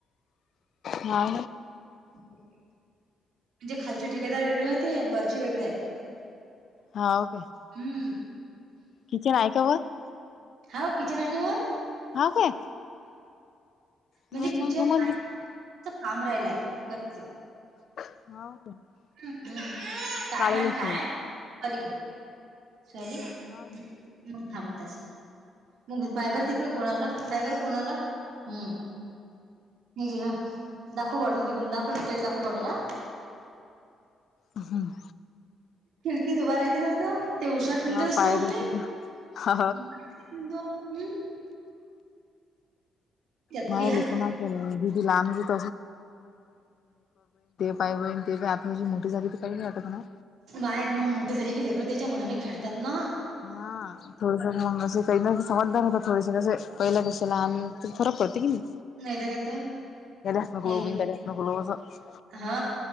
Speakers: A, on the left; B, on the right.
A: हा
B: म्हणजे खालचे ठेकेदार वेगळे होते वरचे वेगळेत
A: हा ओके.
B: हम्म.
A: <unintelligible>
B: हा किचन आहे ना व
A: हा काय?
B: म्हणजे
A: हा
B: किचन
A: मला रूमच
B: आहे
A: दिस
B: काम राहिलय कच
A: <unintelligible>
B: <unintelligible> <unintelligible>
A: काळी लक्ष्मी हाव
B: खांबतस मग पहा बर तिकडे कोणाला पाय बर कोणाला हम् ह ज हा दाखवू पटल तिकून दाखव लोक दाखू पटल
A: हमंम.
B: खिडकीत उभार राहते नव्हत ते उषा ठ हुून
A: हा
B: देत असत
A: पाय
B: मग
A: दुखी हा
B: मी. <unintelligible> त्यात
A: माय
B: हात
A: लेखना दिदी <unintelligible> पा होन ते आपण हजची मोठी झाली तर काही नाही आता ना
B: आहेत मग मोठे झाले कले ख त्याच्या मनाने खेळतात ना
A: हा थोड मग काही ना समजदार होत थोडेसे कसे पहिला कशाला आणि फरक पडते की नाही
B: नाही तर काय तर
A: स नकल
B: हे
A: इंटस नकलो असं
B: हा